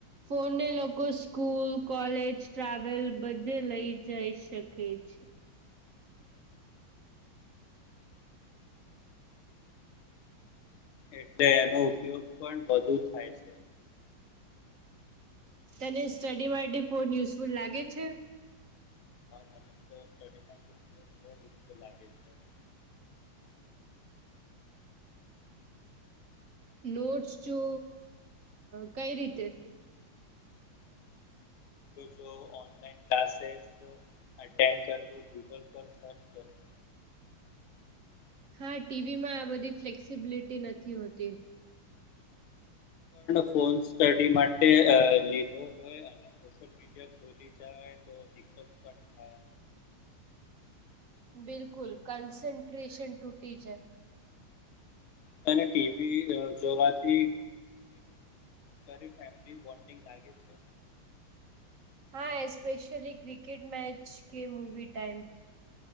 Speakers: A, on the right; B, on the left.
A: ફોનને લોકો સ્કૂલ કોલેજ ટ્રાવેલ બધે લઈ જઈ શકે <inaudible>
B: એટલે એનો ઉપયોગ પણ વધુ થાય છે.
A: હ તને સ્ટડી માટે ફોન યુઝફુલ લાગે છે.
B: <inaudible>
A: નોટ્સ જો કઈ રીતે
B: જો ઓનલાઈન ક્લાસેસ અટેન્ડ કરવું ગૂગલ પર સર્ચ કરવું
A: હા ટીવી માં આ બધી ફ્લેક્સિબિલિટી નથી હોતી.
B: ફોન સડી માટે લીધો હોય અને મી પોલી જાય તો દકત પણ થાય.
A: બિલકુલ કન્સન્ટ્રેશન ટૂટી જયા
B: તને ટીવી જોવાથી. રે ફેમલી બોન્ડિંગ લાગે છે.
A: હા એસ્પેશલી ક્રિકેટ મેચ કે મૂવી ટાઈમ